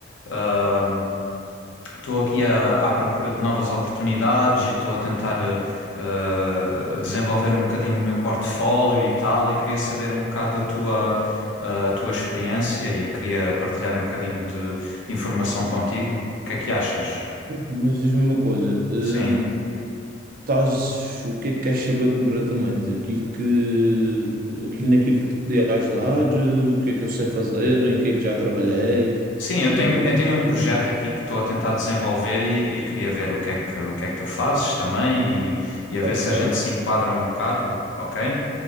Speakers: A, on the left; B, on the right.
A: ah, Estou aqui à, à procura de novas oportunidades e estou a tentar eh, eh, desenvolver um bocadinho o meu portfólio e tal, e queria saber um bocado a tua, eh, a tua experiência e queria partilhar um bocadinho de, de informação contigo. O que é que achas?
B: Mas diz-me uma coisa, hum,
A: Sim.
B: estás, o que é que queres saber concretamente? Aquilo que, aquilo naquilo que te podia ajudar? O que é que eu sei fazer? Em que é que já trabalhei?
A: Sim,
B: Tipo,
A: eu tenho,
B: o que é que...
A: eu tenho um projeto aqui que estou a tentar desenvolver e, e queria ver o que é que, o que é que tu fazes também e, e a
B: Ok,
A: ver se a gente se enquadra um bocado, ok?